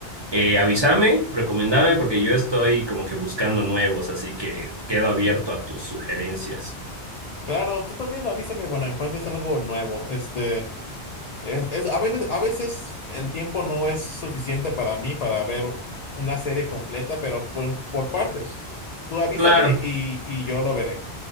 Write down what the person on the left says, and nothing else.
Claro, tú también avísame cuando encuentres algo nuevo. Este. Es, es- a veces, a veces el tiempo no es suficiente para mí para ver u- una serie completa, pero por, por partes. Tú avísame
y, y yo lo veré.